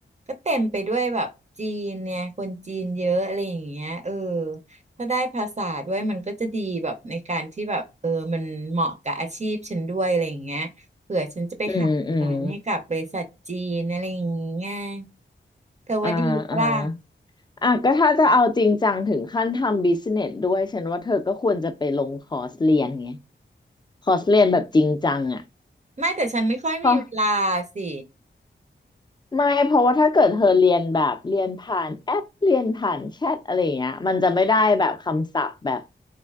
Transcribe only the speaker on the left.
อืมอืม
อ่าอ่าอ่ะก็ถ้าจะเอาจริงจังถึงขั้นทำบิสเนสด้วยฉันว่าเธอก็ควรจะไปลงคอร์สเรียนไงคอร์สเรียนแบบจริงจังอ่ะ
เพราะไม่เพราะว่าถ้าเกิดเธอเรียนแบบเรียนผ่านแอปเรียนผ่านแชทอะไรอย่างเงี้ยมันจะไม่ได้แบบคำศัพท์แบบ